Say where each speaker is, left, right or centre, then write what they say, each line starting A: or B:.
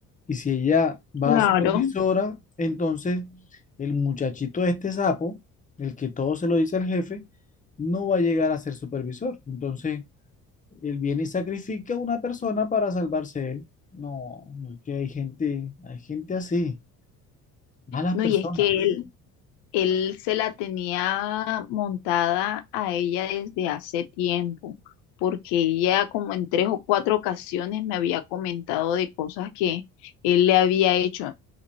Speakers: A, on the left (about 15°); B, on the left (about 60°).
A: Y si ella va
B: Claro,
A: a supervisora, entonces el muchachito este sapo, el que todo se lo dice al jefe, no va a llegar a ser supervisor. Entonces, él viene y sacrifica a una persona para salvarse él. No, no es que hay gente, hay gente así, malas
B: No,
A: personas.
B: y es que él, él se la tenía montada a ella desde hace tiempo, porque ella como en tres o cuatro ocasiones me había comentado de cosas que él le había hecho.